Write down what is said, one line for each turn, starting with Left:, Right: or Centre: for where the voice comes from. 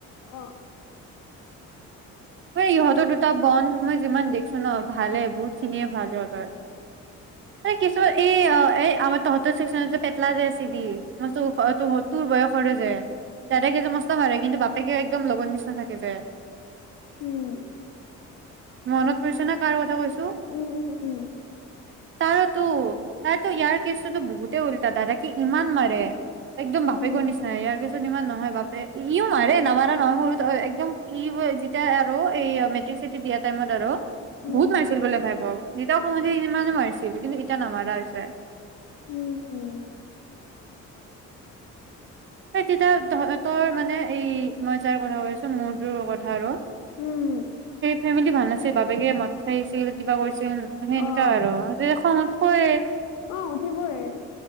Left: অ
Right: ম ইহঁতৰ
Left: উম
Right: দুটা বন্ধ মই যিমান দেখছো ন ভালে বহুত খিনিয়ে ভাল হতৰ ম কিছুমান এই অ এই আমাৰ তহঁতৰ চে্চনত যে পটলা যে আছে ম তোৰ বয়সৰে যে দাদাকে যে মস্ত মাৰে কিন্তু বাপেকেও একদম লগৰ নিচিনা থাকে যে
Left: উম
Right: মনত পৰিছে নে কাৰ কথা কৈছো
Left: উম উম উম
Right: তাৰ তো তাৰতো ইয়াৰ ছুতো বহুতে উলটা দাদা কি ইমান মাৰে একদম বাপেকৰ
Left: উম
Right: নিচা ইয়াৰছ মান নহয় বাপে ইও মাৰে নামাৰা নহয় সৰুত একদম ই যেতিয়া আৰু এই মেট্ৰিক চিটি দিয়া টাইমত আৰু
Left: উম
Right: বহুত মাৰিছিল বোলে ভাই প দতা সমধি িনমানে মাৰিছিল কিন্তু এতিয়া নামাৰা হৈছে
Left: উম
Right: এই তেতিয়া তহ তৰ মানে, এই মই যাৰ কথা কৈছোঁ মোৰটোৰ কথা আৰু
Left: উম
Right: ফেমিলি ভাল আছে, বাপেকে মদ খাই‌ আছিল, কিবা কৰিছ ছিল, মানে
Left: অ
Right: এনেকা আৰু, যে খং উঠবই,
Left: অ উঠিবয়ে